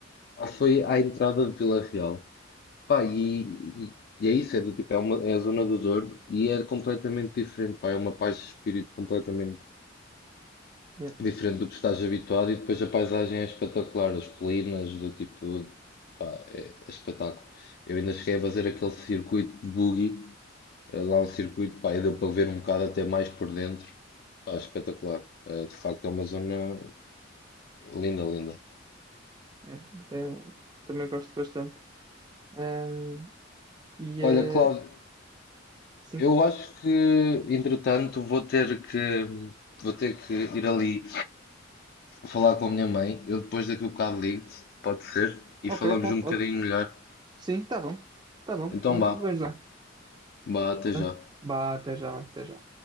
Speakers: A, on the left (about 55°); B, on the right (about 20°).
A: ou foi à entrada de Vila Real. Pá, e, e- e é isso, é do tipo, é, uma, é a zona do Douro e é completamente diferente, pá, é uma paz de espírito completamente
B: É,
A: diferente do que estás habituado e depois a paisagem é espetacular, as colinas do tipo, pá, é, é espetáculo. Eu ainda cheguei a fazer aquele circuito de buggy, eh, lá um circuito, pá, e deu para ver um bocado até mais por dentro, pá, espetacular. Eh, de facto é uma zona linda, linda.
B: é, até- também gosto bastante. Ahm, e
A: Olha,
B: eh,
A: Cláudio,
B: sim.
A: eu acho que, entretanto, vou ter que, vou ter que ir ali falar com a minha mãe. Eu depois daqui a bocado ligo-te, pode ser, e
B: Ok,
A: falamos
B: pode,
A: um
B: pode.
A: bocadinho melhor.
B: Sim, tá bom. Tá bom,
A: Então
B: por mim
A: vá,
B: tudo bem já.
A: vá, até
B: Então,
A: já.
B: vá, até já, até já.